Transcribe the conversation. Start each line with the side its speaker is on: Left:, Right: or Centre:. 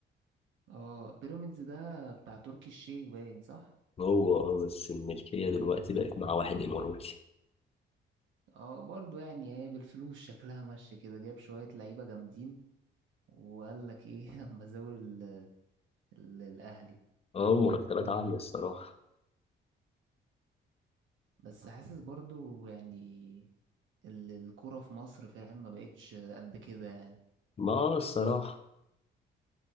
Right: اه بيراميدز ده بتاع تركي الشيخ باين صح
Left: هو اه بس الملكيه دلوقتي بقت مع واحد اماراتي
Right: اه برضو يعني هي بالفلوس شكلها ماشيه كده جاب شويه لعيبه جامدين وقال لك ايه <laughs> اما زاول ال- ال- الاهلي
Left: اه مرتبات عاليه الصراحه
Right: بس حاسس برضو يعني ال- الكوره في مصر فاهم ما بقتش قد كده يعني
Left: ما الصراحة